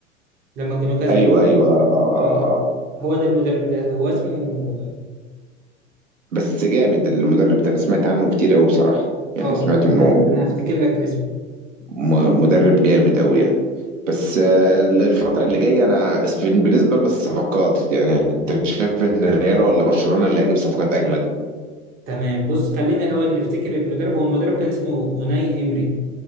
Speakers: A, on the right; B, on the right.
A: لما كانوا كاسبين
B: ايوه ايوه اه اه اه,
A: آه،
B: آه.
A: هو ده المدرب ده هو اسمه
B: بس جامد المدرب ده انا سمعت عنه كتير قوي بصراحه يعني
A: اه
B: سمعت
A: اه
B: انه
A: انا أنا هفتكر لك اسمه
B: م- مدرب جامد قوي يعني بس آه، الفترة اللي جاية أنا في- بالنسبة للصفقات يعني أنت شايف إن الريال ولا برشلونة اللي هيجيب صفقات أجمد؟
A: تمام بص خلينا الأول نفتكر المدرب هو المدرب كان اسمه أوناي إمري